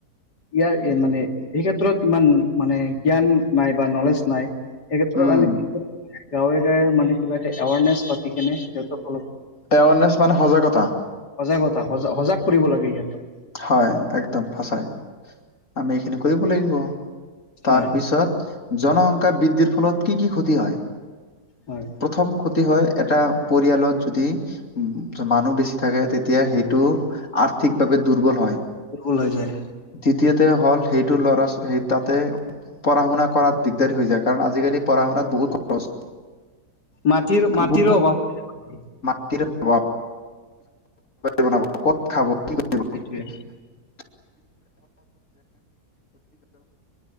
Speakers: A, on the left (about 75°); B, on the left (about 45°).
A: ইয়াৰ মানে এই ক্ষেত্ৰত ইমান মানে জ্ঞান নাই বা নলেজ নাই। এই ক্ষেত্ৰত
B: উম
A: আমি গাঁৱে গাঁৱে মানে কিবা এটা এৱাৰনেছ পাতি কিনে সিহঁতক অলপ
B: এৱাৰনেছ মানে সজাগতা।
A: সজাগতা সজাগ কৰিব লাগে ইহঁতক।
B: হয় একদম সচাই আমি এইখিনি কৰিব লাগিব। তাৰ
A: হয়
B: পিছত জনসংখ্যা বৃদ্ধিৰ ফলত কি কি ক্ষতি হয়?
A: হয়
B: প্ৰথম ক্ষতি হয় এটা পৰিয়ালত যদি মানুহ বেছি থাকে তেতি তিয়া সেইটো আৰ্থিকভাৱে দুৰ্বল হয়।
A: বিকুল হৈ যায়।
B: দ্বিতীয়তে হ'ল সেইটো ল'ৰা চে সেই তাতে পঢ়া শুনা কৰা দিগদাৰী হৈ যায় কাৰণ আজিকালি পঢ়া শুনাত বহুত খৰচ।
A: মাটিৰ মাটিৰো
B: বহুত
A: অভাৱ।
B: <unintelligible> বনাব ক'ত খাব কি কৰিব
A: এইটোয়ে
B: <unintelligible> <unintelligible>